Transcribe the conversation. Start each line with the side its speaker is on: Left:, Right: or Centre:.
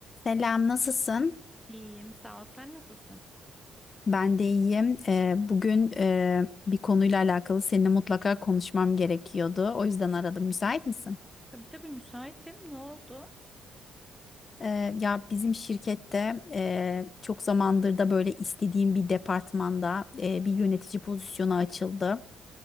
Left: Selam, nasılsın?
Centre: İyiyim, sağ ol. Sen nasılsın?
Left: Ben de iyiyim. Ee, bugün e, bir konuyla alakalı seninle mutlaka konuşmam gerekiyordu. O yüzden aradım. Müsait misin?
Centre: Tabii tabii müsaitim. Ne oldu?
Left: Ee, ya bizim şirkette e, çok zamandır da böyle istediğim bir departmanda e, bir yönetici pozisyonu açıldı.